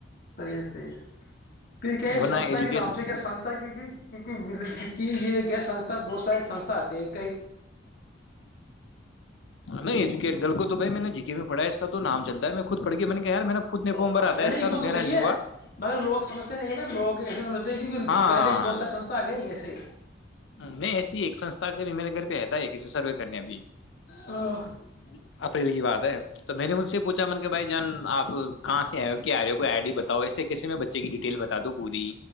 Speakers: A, on the left (about 55°); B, on the left (about 70°).
A: صحیح ہے صحیح ہے <unintelligible> پھر کیا
B: ورنہ
A: سستھا
B: ایجوکیشن
A: کے نام سے کیا سستھا کی گئی کی کی یہ یہنستھا بہت ساری سسھ ایک
B: ک گ کو تو بھ میں نے ج <unintelligible> میں پڑھا اس کا تو نام چل ہے میں خود پڑ کے میں نے کہ ار میں نے خود نے فارم
A: ہاں
B: بھرا
A: نہیں
B: تھا
A: نہیں
B: اس کا
A: وہ
B: میرا
A: تو صحیح
B: نہیں
A: ہے
B: ہوا
A: مگر لوگ سمجھتے نہیں نا لوگ اس د
B: ہاں
A: پہلے بہت سار سستا آ گیا ایسے
B: نہیں ایسی ہی ایک سسھا سے بھی میرے گھر پہ ہےتا ہے ایک کے سروے کرنے اب
A: ہاں
B: <unintelligible> اپنے لی کی بات ہے تو میں نے ان سے پوچھا من کہ بھائی جان آ کہاں سے آئے ہو کیا آئے ہو کوئی آئی ڈی بتاؤ اس سے کیسے میں بچے کی ڈیٹیل بتا دوں پوری